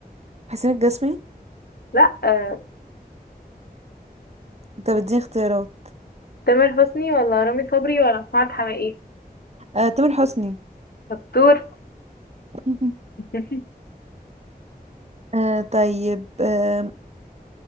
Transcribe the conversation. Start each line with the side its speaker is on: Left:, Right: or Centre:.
Right: حسين الجسمي
Left: لا آه،
Right: انت بتديني اختيارات
Left: تامر حسني ولا رامي صبري ولا محمد حماقي
Right: آه، تامر حسني
Left: شطور
Right: <laughs>
Left: <laughs>
Right: آه، طيب آه،